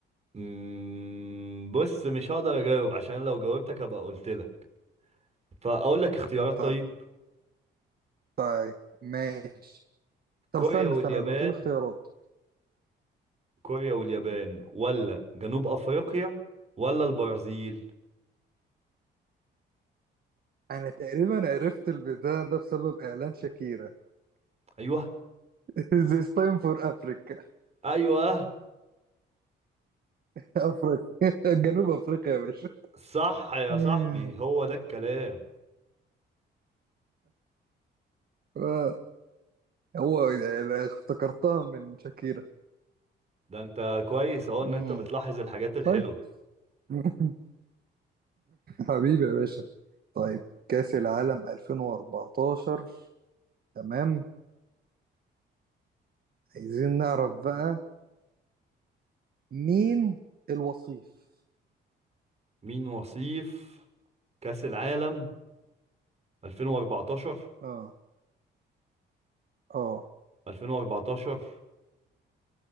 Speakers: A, on the right (about 35°); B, on the right (about 50°).
A: مم، بص مش هقدر اجاوب عشان لو جاوبتك هبقى قلت لك فاقول لك اختيارات
B: طب
A: طيب
B: طيب ماشي طب
A: كوريا
B: استنى
A: واليابان
B: استنى لو تقول اختيارات
A: كوريا واليابان ولا جنوب افريقيا ولا البرازيل
B: انا تقريبا عرفت البتاع ده بسبب اعلان شاكيرا
A: ايوه
B: <laughs> This time for Africa
A: ايوه
B: <laughs> افريقيا <laughs> جنوب افريقيا يا باشا
A: صح
B: <laughs>
A: يا
B: مم.
A: صاحبي هو ده الكلام
B: آه، هو يعني افتكرتها من شاكيرا
A: ده انت كويس اهو ان
B: مم.
A: انت بتلاحظ الحاجات الحلوة
B: طيب <laughs> حبيبي يا باشا طيب كأس العالم 2014 تمام عايزين نعرف بقى مين الوصيف
A: مين وصيف كأس العالم 2014
B: اه اه
A: 2014